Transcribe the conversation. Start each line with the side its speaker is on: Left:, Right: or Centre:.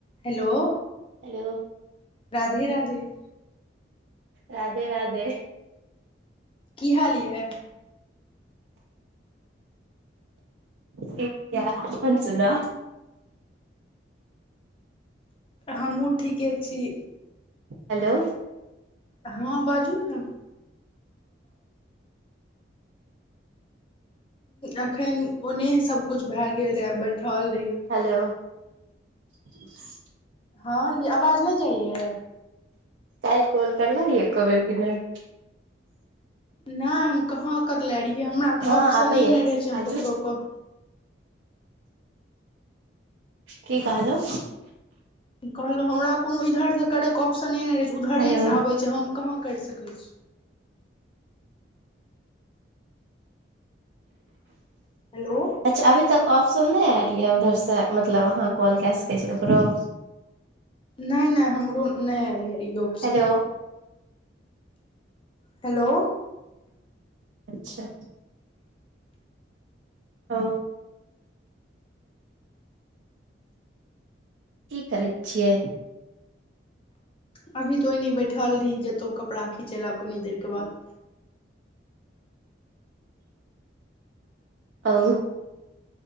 Left: Hello.
Right: Hello.
Left: Radhe Radhe.
Right: Radhe Radhe.
Left: की हाल यऽ?
Right: ठिक य अपन सुु ने।
Left: हमहूँ ठीके छी।
Right: हेलो।
Left: हँ बाजू ने। अखन ओने सब कुछ भए गेल रहे बैठल रहे।
Right: हेलो <unintelligible>
Left: हँ ई आवाज नहि जाइय।
Right: कालल कॉल करल री एको बेर क नहि।
Left: नहि हम कहाँ करले रहियै हमरा तऽ
Right: हँ
Left: ऑप्शने
Right: आबैया
Left: नहि रहै छै
Right: बाजू
Left: हम ककरो को।
Right: की कहलो?
Left: कहलहुँ हमरा कोनो इधरसँ करैके ऑप्शने नहि रहै छै उधरेसँ
Right: हेलो
Left: आबै छै हम कहाँ करि सकैत छी। हेलो
Right: अच्छा अभी तक ऑप्शन नहि आयल यऽ उऊधर से मतलब अहाँ कॉल कए सकै छी ककरो?
Left: नहि नहि हमरो नहि एल ये यो।
Right: हेलो
Left: हेलो
Right: अच्छा ओ की करै छियै?
Left: अभी तो ओहिने बैठल रही जेतहु कपड़ा खिचै लए आब कनी देरके बाद
Right: अं